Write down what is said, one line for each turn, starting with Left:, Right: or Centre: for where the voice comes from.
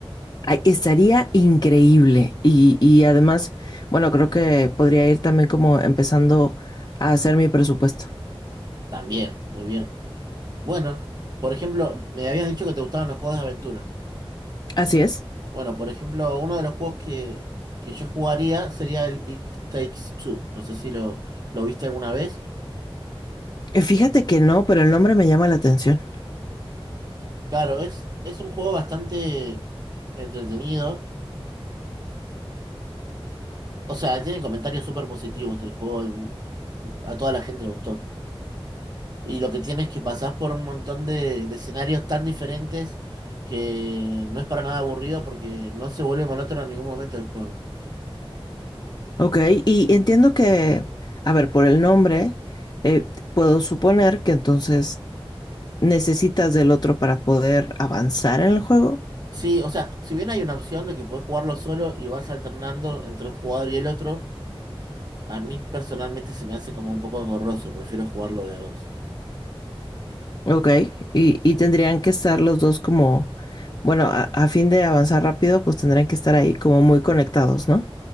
Left: Ay, estaría increíble y, y además, bueno, creo que podría ir también como empezando a hacer mi presupuesto.
Right: También, muy bien. Bueno, por ejemplo, me habías dicho que te gustaban los juegos de aventura.
Left: Así es.
Right: Bueno, por ejemplo, uno de los juegos que, que yo jugaría sería el It Takes Two. No sé si lo, lo viste alguna vez.
Left: Eh, Fíjate que no, pero el nombre me llama la atención.
Right: Claro, es, es un juego bastante entretenido O sea, tiene comentarios súper positivos el juego. en- A toda la gente le gustó. Y lo que tiene es que pasás por un montón de, de escenarios tan diferentes que no es para nada aburrido porque no se vuelve monótono en ningún momento del juego.
Left: Ok, y entiendo que, a ver, por el nombre, eh, puedo suponer que entonces necesitas del otro para poder avanzar en el juego.
Right: Sí, o sea, si bien hay una opción de que puedes jugarlo solo y vas alternando entre un jugador y el otro, a mí personalmente se me hace como un poco engorroso. Prefiero jugarlo de a dos.
Left: Ok, y, y tendrían que estar los dos como, bueno, a, a fin de avanzar rápido, pues tendrían que estar ahí como muy conectados, ¿no?